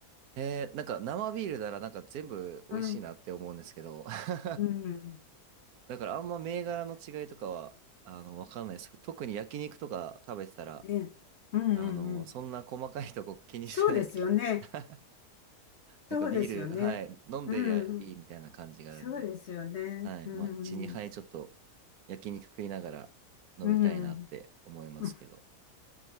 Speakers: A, on the right; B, on the left.
A: えーなんか生ビールならなんか全部美味しいなって思うんですけど、
B: うん、
A: <laughs>
B: うん、
A: だからあんま銘柄の違いとかは、あの、わかんないです。特に焼肉とか食べてたら、
B: ええ、うん、うん、
A: あの、
B: うん。
A: そんな細かいとこ気にしない、
B: そうですよね。
A: き <laughs>
B: そうですよね。
A: なんかビール、はい、飲んでりゃいいみたいな感じがあるんで。
B: うん、そうですよね。
A: はい。
B: う
A: まあ、1、2杯ちょっと
B: ん、
A: 焼肉食いながら飲みたいなって思いますけど。
B: うん、うん